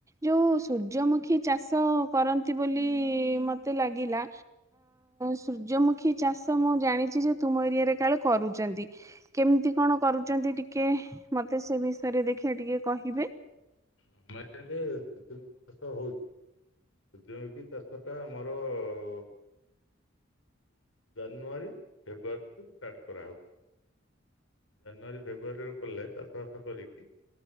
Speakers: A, on the right; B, on the left.
A: ଯୋଉ ସୂର୍ଯ୍ୟମୁଖୀ ଚାଷ କରନ୍ତି ବୋଲି ମୋତେ ଲାଗିଲା ପୂଜମୁଖୀ ଚାଷ ମୁଁ ଜାଣିଛି ଯେ ତୁମ ଏରିଆରେ କାଳେ କରୁଚନ୍ତି କେମିତି କଣ କରୁ ଚନ୍ତି ଟିକେ ମତେ ସେ ବିଷୟରେ ଦେଖିବା ଟିକେ କହିବେ।
B: ଆମ ଏକରେ ସୂର୍ଯ୍ୟମୁଖି ଚାଷ ହଉଚି। ସୂର୍ଯ୍ୟମୁଖୀ ଚାଷ ଟା ଆମର ଅ ଜାନୁଆରୀ ଫେବୃଆରୀଠୁ ଷ୍ଟାର୍ଟ କରାହଉଚି। ଜାନୁଆରୀ ଫେବୃୁଆରୀରୁ କଲେ ଚାଷ ବାସ କରିକି